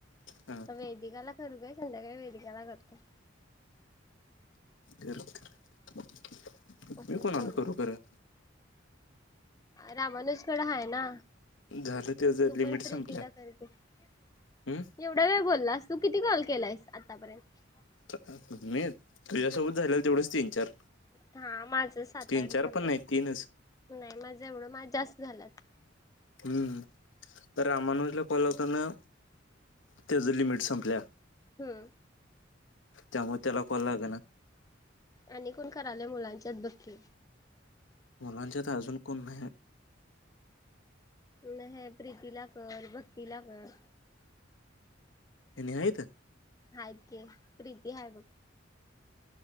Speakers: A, on the left; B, on the left.
A: हा
B: वेदिकाला करू काय संध्याकाळी वेदिकाला करतो
A: कर कर
B: असंच
A: मी कोणाला
B: बोलत
A: करू खरं
B: रामानुजकडे हाय ना
A: झालं त्याच
B: तू
A: लिमिट
B: पण
A: संपल्या
B: प्रीतीला कर की
A: हम्म
B: एवढा वेळ बोललास तू किती कॉल केलायस आतापर्यंत
A: नाही तुझ्यासोबत झालेला तेवढंच तीन चार
B: हा माझ सात
A: तीन
B: आठ झाला
A: चार पण नाही तीनच
B: नाही माझं एवढं मा जास्त झाल्यात
A: हम्म तर रामानुजला कॉल लावताना त्याच लिमिट संपल्या
B: हम्म
A: त्यामुळे त्याला कॉल लागेना
B: आणि कोण कराल मुलांच्यात बक्की
A: मुलांच्यात अजून कोण नाही
B: नाही ह प्रीती ला कर भक्ती ला कर
A: हेनी आहित
B: हाय की प्रीती हय ब